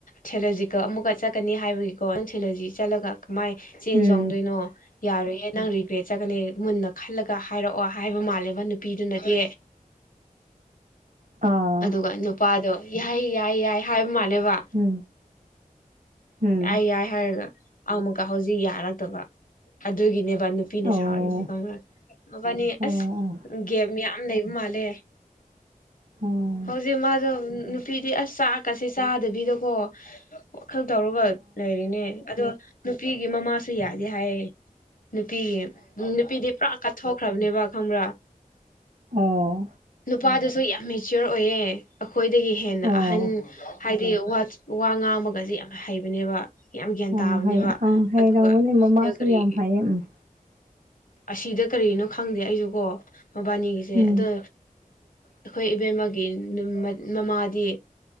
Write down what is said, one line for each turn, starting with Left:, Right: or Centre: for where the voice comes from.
Left: ꯁꯦꯂꯣꯖꯤꯀ ꯑꯃꯨꯛꯀ ꯆꯠꯀꯅꯤ ꯍꯥꯏꯕꯒꯤꯀꯣ ꯅꯪ ꯁꯦꯂꯣꯖꯤ ꯆꯠꯂꯒ ꯀꯃꯥꯏ ꯆꯦꯟ
Right: ꯎꯝ
Left: ꯆꯣꯡꯗꯣꯏꯅꯣ ꯌꯥꯔꯣꯏꯌꯦꯦ ꯅꯪ ꯔꯤꯒ꯭ꯔꯦꯠ ꯆꯠꯒꯅꯤ ꯃꯨꯟꯅ ꯈꯜꯂꯒ ꯍꯥꯏꯔꯛꯑꯣ ꯍꯥꯏꯕ ꯃꯥꯜꯂꯦꯕ ꯅꯨꯄꯤꯗꯨꯅꯗꯤ
Right: ꯑꯥ
Left: ꯑꯗꯨꯒ ꯅꯨꯄꯥꯗꯣ ꯌꯥꯏ ꯌꯥꯏ ꯌꯥꯏ ꯍꯥꯏꯕ ꯃꯥꯜꯂꯦꯕ
Right: ꯎꯝ ꯎꯝ
Left: ꯌꯥꯏ ꯌꯥꯏ ꯍꯥꯏꯔꯒ ꯑꯃꯨꯛꯀ ꯍꯧꯖꯤꯛ ꯌꯥꯔꯛꯇꯕ ꯑꯗꯨꯒꯤꯅꯦꯕ ꯅꯨꯄꯤꯅ
Right: ꯑꯣ
Left: ꯁꯥꯥꯎꯔꯤꯁꯦ ꯀꯪꯅ ꯃꯕꯥꯅꯤ
Right: ꯑꯣ ꯑꯣ ꯑꯣ
Left: ꯑꯁ ꯒꯦꯞ ꯌꯥꯝꯌꯥꯝ ꯂꯩꯕ ꯃꯥꯜꯂꯦ
Right: ꯎꯝ ꯑꯣ ꯑꯣ ꯑꯣ
Left: ꯍꯧꯖꯤꯛ ꯃꯥꯗꯨ ꯅꯨꯄꯤꯗꯤ ꯑꯁ ꯀꯁ ꯆꯥꯗꯕꯤꯗꯀꯣ ꯈꯔ ꯇꯧꯔꯒ ꯂꯩꯔꯤꯅꯦ ꯑꯗꯣ ꯅꯨꯄꯤꯒꯤ ꯃꯃꯥꯁꯨ ꯌꯥꯗꯦ ꯍꯥꯏꯌꯦ ꯅꯨꯄꯤ ꯅꯨꯄꯤꯗꯤ ꯄꯨꯔꯥ ꯊꯣꯛꯈ꯭ꯔꯕꯅꯦꯕ ꯈꯪꯕ꯭ꯔꯥ
Right: ꯑꯣ
Left: ꯅꯨꯄꯥꯗꯨꯁꯨ ꯌꯥꯝ ꯃꯦꯆꯤꯌꯣꯔ ꯑꯣꯏꯌꯦ ꯑꯩꯈꯣꯏꯗꯒꯤ ꯍꯦꯟꯅ
Right: ꯑꯣ
Left: ꯑꯍꯟ ꯍꯥꯏꯗꯤ ꯋꯥ ꯉꯥꯡꯕꯒꯁꯦ ꯌꯥꯝꯅ ꯍꯩꯕꯅꯦꯕ ꯌꯥꯝ ꯒ꯭ꯌꯥꯟ
Right: ꯑꯣ
Left: ꯇꯥꯕꯅꯦꯕ
Right: ꯍꯩ ꯑꯪ ꯍꯩꯔꯝꯒꯅꯤ
Left: ꯑꯗꯨꯒ
Right: ꯃꯃꯥꯁꯨ
Left: ꯁꯤꯗ ꯀꯔꯤ
Right: ꯌꯥꯝ ꯍꯩꯌꯦ ꯎꯝ
Left: ꯑꯁꯤꯗ ꯀꯔꯤꯅꯣ ꯈꯪꯗꯦ ꯑꯩꯁꯨ ꯀꯣ ꯃꯕꯥꯅꯤꯒꯤꯁꯦ
Right: ꯎꯝ
Left: ꯑꯗꯣ ꯑꯩꯈꯣꯏ ꯏꯕꯦꯝꯃꯒꯤ ꯃꯃꯥꯗꯤ